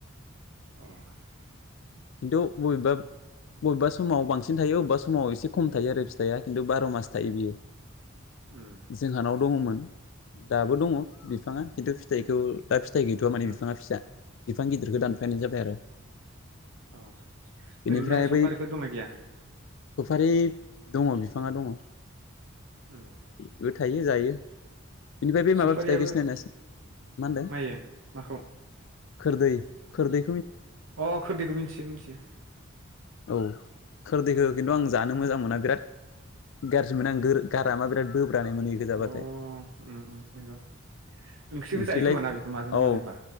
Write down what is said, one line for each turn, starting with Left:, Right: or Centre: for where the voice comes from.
Right: औ
Left: खिन्थु बबेबा बबेबा समाव बांसिन थायो बबेबा समाव एसे खम थायो आरो फिथाइया खिन्थु बार' मास थायो बियो
Right: उम
Left: जोंहानाव दङमोन दाबो दङ बिफाङा खिन्थु फिथाइखौ दा फिथाइ गैथ'आ माने
Right: उम
Left: बिफाङा फिसा बिफां गिदिरखौ दानफानाय जाबाय आरो
Right: अ
Left: बेनिफ्राय
Right: ओरैनोलाय सफारिफोर
Left: बै
Right: दंना गैया
Left: सफारि दङ बिफाङा दङ
Right: उम
Left: बेबो थायो जायो बिनिफ्राय बे
Right: सफारियाबो
Left: माबा फिथाइखौ सिनायोना मा होनदो
Right: मायो माखौ
Left: खोरदै खोरदै
Right: अ खोरदैखौ मिथियो मिथियो
Left: औ खोरदैखौ खिन्थु आं जानो मोजां मोना बिराद गाज्रि मोनो आं गारामा बिराद बो ब्रानाय मोनो इखौ
Right: अ
Left: गोजाबाथाय
Right: उम उम नंगौ ओंख्रिबो
Left: ओंख्रिलाय
Right: जायो खोमा ना बेखौ माजोंबा
Left: औ
Right: माजोंबा